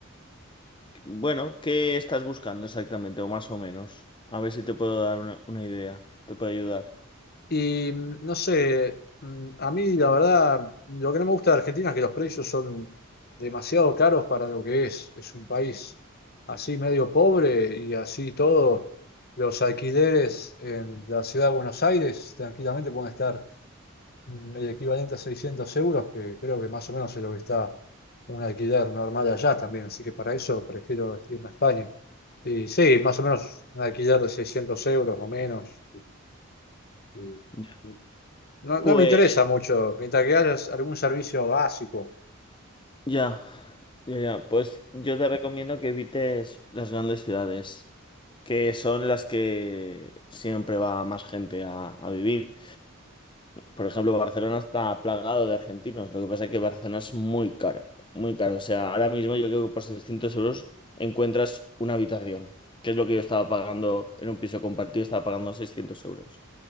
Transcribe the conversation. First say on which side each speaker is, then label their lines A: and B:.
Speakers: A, on the left (about 25°); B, on the left (about 50°).
A: Bueno, ¿qué estás buscando exactamente? O más o menos. A ver si te puedo dar una, una idea, te puedo ayudar.
B: Y mm, no sé, mm, a mí la verdad, lo que no me gusta de Argentina es que los precios son demasiado caros para lo que es. Es un país así medio pobre y así todo. Los alquileres en la ciudad de Buenos Aires tranquilamente pueden estar mm, el equivalente a 600 euros, que creo que más o menos es lo que está un alquiler normal allá también. Así que para eso prefiero irme a España. Y sí, más o menos un alquiler de 600 euros o menos. y-
A: Ya.
B: y no, no
A: Pues
B: me interesa mucho, mientras que haya algún servicio básico.
A: ya, ya, ya. Pues yo te recomiendo que evites las grandes ciudades, que son las que siempre va más gente a, a vivir. Por ejemplo, Barcelona está plagado de argentinos. Lo que pasa es que Barcelona es muy cara, muy cara. O sea, ahora mismo yo creo que por 600 euros encuentras una habitación, que es lo que yo estaba pagando en un piso compartido, estaba pagando 600 euros.